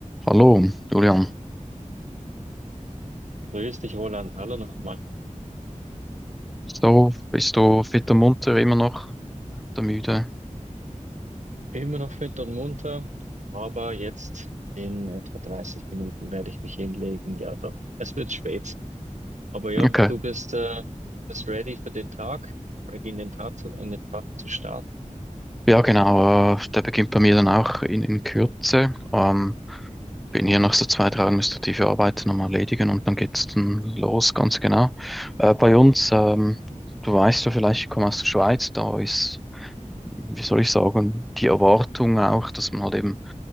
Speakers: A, in the centre; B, on the right.
A: Hallo, Julian.
B: Grüß dich, Roland. Hallo nochmal.
A: So, bist du fit und munter, immer noch der müde?
B: Immer noch fit und munter, aber jetzt in etwa 30 Minuten werde ich mich hinlegen. Ja, doch. Es wird spät. Aber ja,
A: Okay.
B: du bist, äh, bist ready für den Tag, ready in den Tag zu, in den Tag zu starten.
A: Ja, genau. Äh, der beginnt bei mir dann auch in, in Kürze. Ähm, bin hier noch so zwei, drei administrative Arbeiten nochmal Erledigen und dann geht's dann los, ganz genau. Äh, bei uns, ähm, du weißt ja vielleicht, ich komme aus der Schweiz, da ist, wie soll ich sagen, die Erwartung auch, dass man halt eben